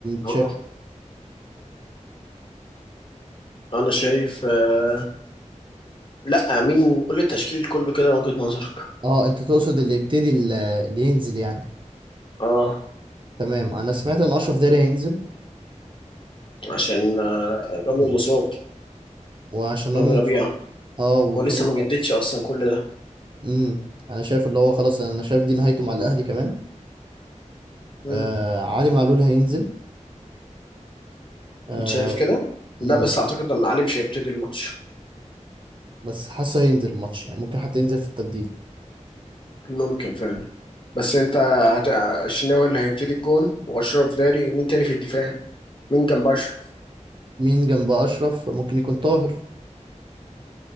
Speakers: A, on the right (about 40°); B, on the left (about 40°).
A: شايف
B: هو انا شايف آه، لا مين قول لي التشكيل كله كده من وجهه نظرك
A: اه انت تقصد اللي يبتدي ال- اللي ينزل يعني
B: اه
A: تمام انا سمعت ان اشرف داري هينزل
B: عشان آه، رامي
A: مم.
B: الوسط
A: وعشان رامي
B: رامي ربيعه
A: مصطفى اه وكمان
B: هو لسه ما
A: خلاص
B: جددش اصلا كل ده
A: امم انا شايف اللي هو خلاص انا شايف دي نهايته مع الاهلي كمان
B: مم.
A: آه علي معلول هينزل آه
B: انت شايف كده لا
A: امم
B: بس اعتقد ان علي مش هيبتدي الماتش
A: بس حاسه هينزل الماتش يعني ممكن حتى ينزل في التبديل
B: ممكن فعلا بس انت هت... الشناوي اللي هيبتدي الجون واشرف داري ومين تاني في الدفاع مين جنب اشرف
A: مين جنب اشرف ممكن يكون طاهر